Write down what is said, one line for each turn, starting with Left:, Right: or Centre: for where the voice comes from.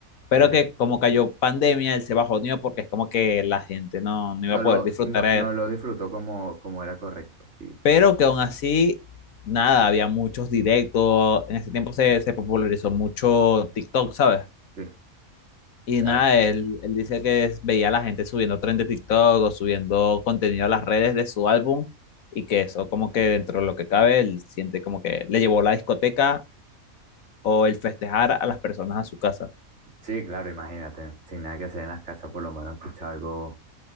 Left: Pero
Right: sí,
Left: que como cayó pandemia, él se bajoneó porque es como que la gente no, no iba
Right: No
Left: a poder
Right: lo,
Left: disfrutar.
Right: no,
Left: eh.
Right: no lo disfrutó como, como era correcto, sí,
Left: Pero que aún así, nada, había muchos directos. En ese tiempo se, se popularizó mucho TikTok, ¿sabes?
Right: sí,
Left: Y
Right: claro.
Left: nada, él, él dice que es- veía a la gente subiendo trend de TikTok o subiendo contenido a las redes de su álbum y que eso como que dentro de lo que cabe, él siente como que le llevó la discoteca o el festejar a las personas a su casa.
Right: Sí, claro, imagínate, sin nada que hacer en las casas, por lo menos escuchar algo,